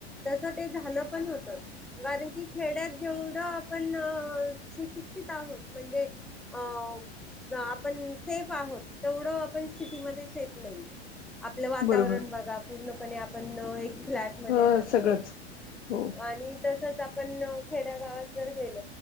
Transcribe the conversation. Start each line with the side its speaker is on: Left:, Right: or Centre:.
Centre: तस ते झालं पण होतं कारण की खेड्यात जेवढं आपण सुशिक्षित आहोत म्हणजे अ आपण सेफ आहोत तेवढं आपण सिटीमध्ये सेफ नाहीये आपलं वातावरण
Left: बरोबर
Centre: बघा पूर्णपणे आपण एक फ्लॅट मध्ये
Left: ह
Centre: राहतो
Left: सगळंच हो
Centre: आणि तसच आपण खेड्या गावात जर गेल